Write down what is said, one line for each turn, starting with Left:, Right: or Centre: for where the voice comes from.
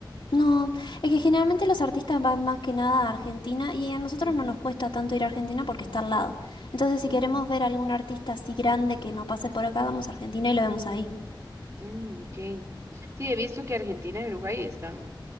Left: No, es que generalmente los artistas van más que nada a Argentina y a nosotros
Right: Ujú,
Left: no nos cuesta tanto ir a Argentina porque está al lado. Entonces, si
Right: ujú,
Left: queremos ver algún artista así grande que no pase por acá, vamos a Argentina y lo vemos ahí.
Right: mm, ok. Sí, he visto que Argentina y Uruguay están